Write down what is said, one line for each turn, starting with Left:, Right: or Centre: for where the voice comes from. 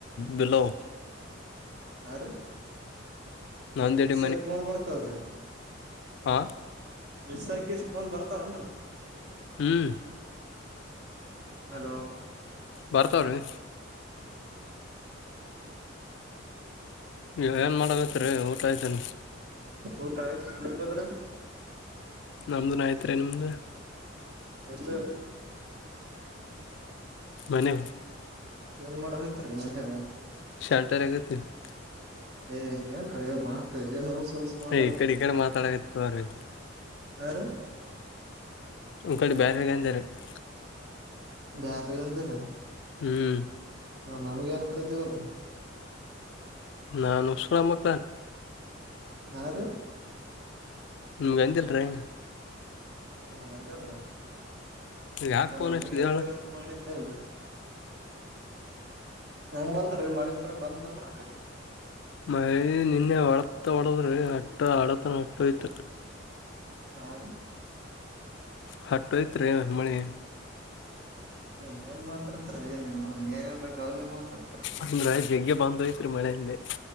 Left: ಬಿಲೊವ.
Right: ಹಾರಿ
Left: ನಂದೇಡಿ
Right: ಮಿಸ್ಸಾಗಿ ಫೋನ್ ಬರ್ತಾವ್ರಿ.
Left: ಹಾ.
Right: ಮಿಸ್ಸಾಗಿ ಫೋನ್ ಬರತಾವ ಏನ್ರೀ.
Left: ಹ್ಮ್.
Right: ಹಲೋ.
Left: ಬರ್ತಾವ್ರೀ. ನೀ ಏನ್ ಮಾಡಬೇಕತ್ರಿ ಊಟ ಆಯ್ತನ್.
Right: ಊಟ ಆಯ್ತು ನಿಮ್ಮದು ರೀ.
Left: ನಮ್ದು ಆಯ್ತ್ರಿ ನಿಮ್ದ್.
Right: ಎಲ್ಲರು
Left: ಮನೆ
Right: ಏನ್ ಮಾಡದತ್ತರಿ ಮನೆಯಾಗ
Left: ಶಾಲ್ಟರ್ ಆಗತ್ತ <unintelligible>
Right: ಏ ಏನ್ರೀ ಏ ಮಾತ್ ಏನೇನು ಹೊಲ್ಸ ಹೊಲ್ಸ ಮಾತಾಡತರ
Left: ಈ ಕಡೆ ಈ ಕಡೆ ಮಾತಾಡಕತ್ತವ್ರಿ
Right: ಆ ರೀ
Left: ಒಂಕಡೆ ಬ್ಯರೆರ್ಗನ್ ಜರು <unintelligible>
Right: ಬ್ಯಾರ ಎಂತ್ರೀ
Left: ಹ್ಮ್
Right: ಹಾ ನಮ್ಗೆ ಆನ್ಕದೀವಲ್ರಿ
Left: ನಾನ್ ಹುಚ್ ಸುಳಮಕ್ಕ್
Right: ಹಾ ರೀ
Left: ನಿಮ್ಗೆ ದಿಲ್ಲ ರೀ <unintelligible>
Right: ನಮ್ಗ ಅಂತಲ್ರ
Left: ಯಾಕ
Right: ನಾ
Left: ಫೋನ್
Right: ನಮಗ
Left: ಹಚ್ಚಿದ ಹೇಳ
Right: ಎಂದಿನ ಉಂಟು ಮಾಡ ಅಲ್ರಿ ಹೆಂಗ್ ಬಂದ್ರರಿ ಮಳೆ ಬೆಳೆ ಬಂದ್ಲ್ರಿ ಆ ಕಡೆ
Left: ಮೈ ನಿನ್ನೆ ಹೊಡತ ಒಡದ್ರಿ ಅಟ್ಟ ಆಡತನ ಅಟ್ಟ ಯ್ತ
Right: ಹಾ ರೀ
Left: ಹಟ್ಟೋಯ್ತ ರೀ ಮಳೆ
Right: ಏನ್ ಮಾತಾಡ್ತರಿ ನೀವು ಏನ್ ಹೇಳ್ಬೇಕು ಅವ್ ನೀ ಮಾತಾಡ್ತರಿ <unintelligible>
Left: ಅಂದ್ರ ಜಗ್ಗೆ ಬಂದ್ ಹೋಯ್ತ್ರಿ ಮಳೆ ಅಂದೆ